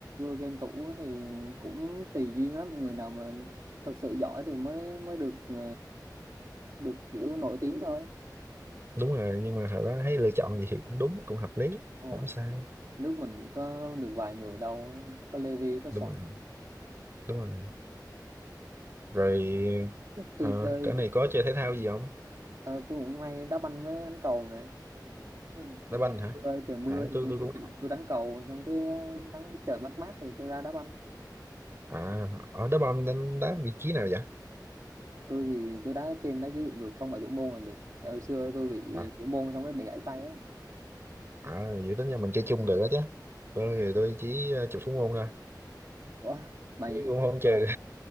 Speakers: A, on the right (about 50°); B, on the right (about 35°).
A: game thủ á thì cũng tùy duyên lắm. Người nào mà thật sự giỏi thì mới mới được ờ, được kiểu nổi tiếng thôi.
B: đúng rồi nhưng mà hồi đó thấy lựa chọn gì thì cũng đúng cũng hợp lý
A: Đúng
B: không
A: rồi.
B: sai
A: Nước mình có được vài người đâu. Có Levi, có
B: đúng
A: Sọt.
B: rồi đúng rồi rồi ờ,
A: Tôi chơi
B: cái này
A: cũng
B: có chơi thể thao gì không
A: ờ, tôi cũng hay đá banh với đánh cầu nè. Mưa,
B: đá banh hả
A: trời trời mưa
B: à,
A: thì
B: tôi
A: tôi
B: tôi
A: không
B: cũng
A: chịu tôi đánh cầu xong cái ờ, nắng trời mát mát thì tôi ra đá banh
B: à ở đá banh đánh đá vị trí nào vậy
A: tôi thì tôi đá trên đá dưới cũng được không phải thủ môn là được tại hồi xưa tôi bị
B: à,
A: thủ môn xong cái bị gãy tay á
B: à vậy tính ra mình chơi chung được đó chứ tôi thì tôi chỉ ờ, chụp xuống môn thôi
A: ủa mày
B: chứ
A: nghĩ chắc
B: cũng
A: đúng
B: không chơi
A: mà
B: được